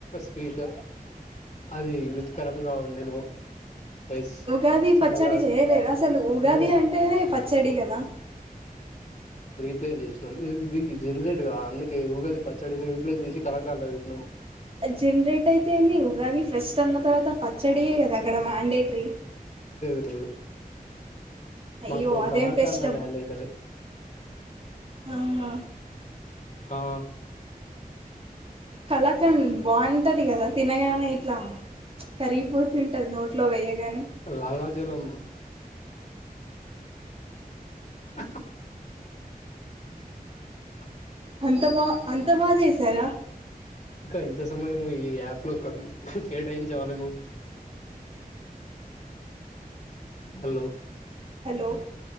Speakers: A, on the left (about 50°); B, on the right (about 40°).
A: స్వీట్ అది రుచికరంగా ఉండెను ఎస్
B: ఉగాది
A: చాలా
B: పచ్చడి చేయలేదా అసలు ఉగాది
A: నో
B: అంటేనే పచ్చడి కదా
A: ప్లే చేసినం ఎద్ధి <unintelligible> ఎక్సయిట్ గా అందుకే ఊగాది పచ్చడిని రీప్లేస్ చేసి కలకారులో పెట్టిన్నాం
B: జెన్రేట్ అయితేనే ఉగాది ఫ్రెస్ట్ అన్న తర పచ్చడియే కదా అక్కడ మ్యాండేటరీ
A: లేద్
B: అయ్యో
A: మాకు
B: అదేం
A: కలాకాండ
B: ఫెస్ట్
A: మ్యాండేటరీ
B: హ హా
A: ఆ
B: కళకన్ బాన్ వుంటది గదా తిన ఇట్లా కరిగిపోతుంటంది నోట్లో వెయ్యగానే
A: లాలాజలం అ ఆ
B: అంత బా అంత బాగసే సర
A: ఇంకా ఎంత సమయము ఈ యాప్ లో కొం కేటాయించవలెను హలో
B: హలో